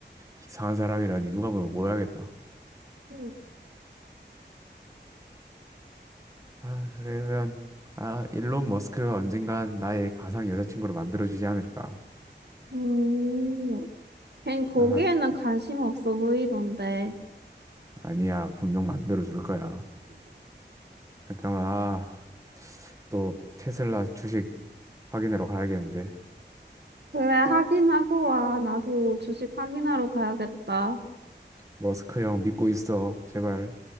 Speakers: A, on the right; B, on the right.
A: 이상한 사람이라니 누가 보면 오해하겠다.
B: 음.
A: 아 그러면 아 일론 머스크가 언젠간 나의 가상 여자친구를 만들어주지 않을까.
B: 음, 걘 거기에는
A: 아.
B: 관심 없어 보이던데.
A: 아니야, 분명 만들어 줄 거야. 잠깐만, 아, 또 테슬라 주식 확인하러 가야겠는데.
B: 그래, 확인하고 와. 나도 주식 확인하러 가야겠다.
A: 머스크 형 믿고 있어, 제발.